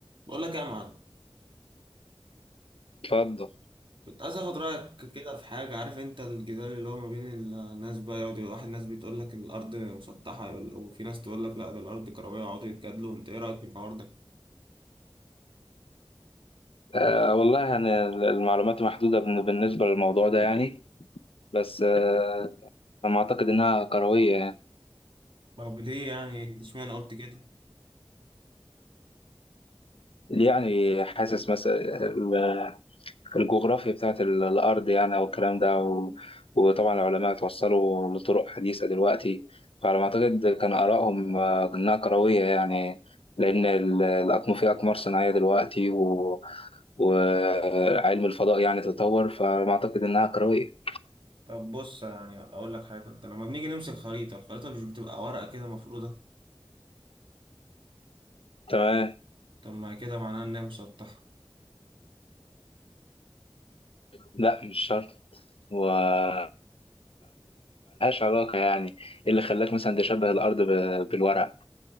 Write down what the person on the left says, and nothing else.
اتفضل
آه والله يعني المعلومات محدودة بالن- بالنسبة للموضوع ده يعني بس آه أنا أعتقد إنها كروية يعني
يعني حاسس مثلا ال- الجغرافيا بتاعت ال- الأرض يعني أو الكلام ده و- وطبعا العلماء توصلوا لطرق حديثة دلوقتي فعلى ما أعتقد كان آرائهم آه، إنها كروية يعني لأن ال- الأقم- في أقمار صناعية دلوقتي و... وعلم الفضاء يعني تطور فعلى ما أعتقد إنها كروية
تمام
لا مش شرط وملهاش علاقة يعني ايه اللي خلاك مثلا تشبه الأرض ب- بالورقة